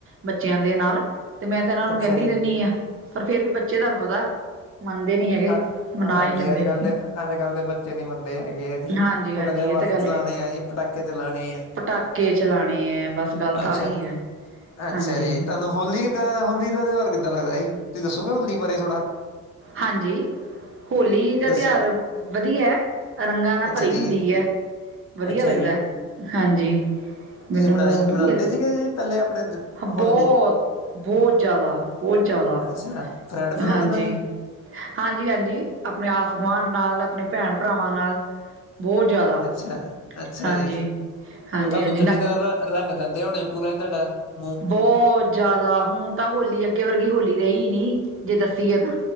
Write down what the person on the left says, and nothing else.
ਅੱਛਾ
ਜੀ
ਅ
ਹਾਂਜੀ
ਅੱਜ ਕੱਲ
ਦੇ ਅੱਜ ਕੱਲ ਦੇ ਬੱਚੇ ਨੀ ਮੰਨਦੇ ਹੈਗੇ ਆ ਜੀ
ਉਹ
ਕਹਿੰਦੇ
ਬੱਸ
ਚਲਾਣੇ
ਆ ਜੀ ਪਟਾਕੇ ਚਲਾਣੇ ਆ
ਅੱਛਾ
ਅੱਛਾ
ਜੀ ਤੁਹਾਨੂੰ ਹੋਲੀ ਕਿੱਦਾਂ ਹੋਲੀ ਦਾ ਤਿਉਹਾਰ ਕਿੱਦਾਂ ਲੱਗਦਾ ਜੀ ਤੁਸੀ ਦੱਸੋਗੇ ਹੋਲੀ ਬਾਰੇ ਥੋੜਾ
ਦੱਸਿਓ
ਅੱਛਾ
ਜੀ
ਅੱਛਾ
ਜੀ
ਤੁਸੀਂ ਮਨਾਈ ਮਨਾਉਂਦੇ
ਸੀਗੇ ਜੀ ਪਹਿਲੇ ਆਪਣੇ ਦ-
ਹੋਲੀ
ਅੱਛਾ ਫਰੈਂਡ ਫਰੁੰਡ
ਨਾਲ ਜੀ
ਅੱਛਾ ਅੱਛਾ
ਜੀ
ਉਹ ਤੁਹਾਨੂੰ
ਚੰਗੀ
ਤਰ੍ਹਾਂ ਰੰਗ ਦਿੰਦੇ ਹੋਣੇ ਪੂਰਾ ਤੁਹਾਡਾ ਮੂੰਹ